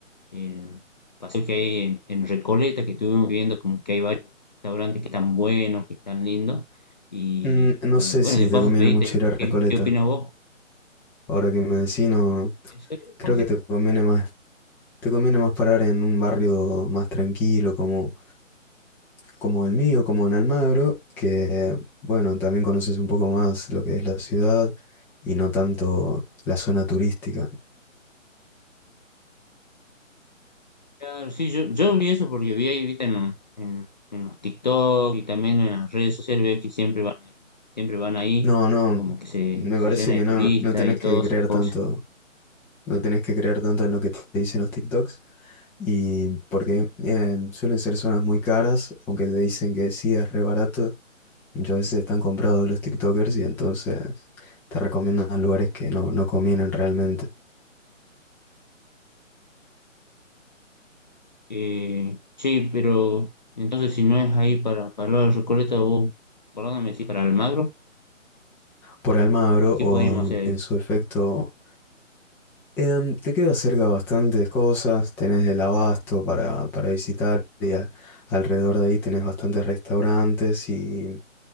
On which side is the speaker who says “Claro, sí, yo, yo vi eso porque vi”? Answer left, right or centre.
Left